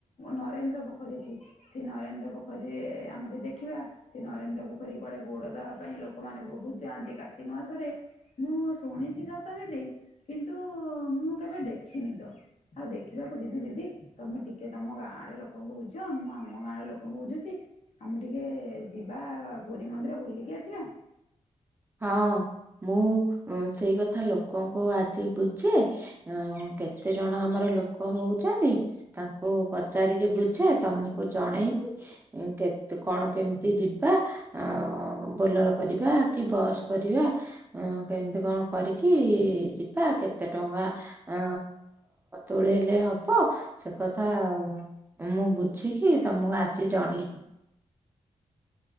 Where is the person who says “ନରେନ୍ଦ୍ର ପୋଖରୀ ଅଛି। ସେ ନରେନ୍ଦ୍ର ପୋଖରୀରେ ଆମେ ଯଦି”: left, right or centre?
Left